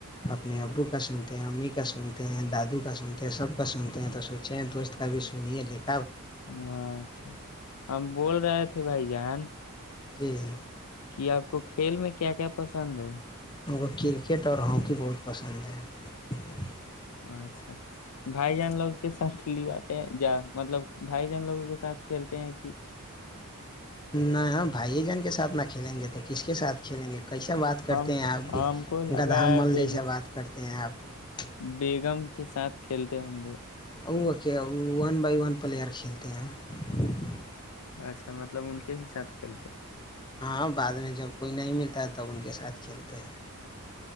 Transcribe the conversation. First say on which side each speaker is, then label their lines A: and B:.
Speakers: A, on the left; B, on the left.
A: اپنے ابو کا سنتے ہیں امی کا سنتے ہیں دادو کا سنتے ہیں سب کا سنتے ہیں تو سوچے ہیں دوست کا بھی سنیے لیکن
B: ہ اچھا <unintelligible> ہم بول رہے تھے بھائی جان <unintelligible>
A: جی جی <unintelligible>
B: کہ آپ کو کھیل میں کیا کیا پسند ہے
A: ان کو کرکٹ اور ہاکی بہت پسند ہے <unintelligible>
B: اچھا بھائی جان لوگ <unintelligible> کے ساتھ لیواتے ہیں جا مطلب بھائی جان لوگوں کے سات <unintelligible> کھیلتے ہیں کہ <unintelligible>
A: نہ بھائی جان کے ساتھ نہ کھیلیں گے تو کس کے ساتھ کھیلیں گے کیسا بات کرتے
B: ہم
A: ہیں
B: کو
A: آپ بھی
B: ہم کو لگا
A: گدہا
B: ہے
A: مل
B: بیگ
A: جیسا بات کرتے ہیں آپ <unintelligible>
B: بیگم کے ساتھ کھیلتے ہوں گے <unintelligible>
A: وہ کیا ون بائی ون پلیئر کھیلتے ہیں <unintelligible>
B: اچھا مطلب ان کے بھی ساتھ کھیلتے ہیں <unintelligible>
A: ہاں بعد میں جب کوئی نہیں ملتا ہے تب ان کے ساتھ کھیلتے ہیں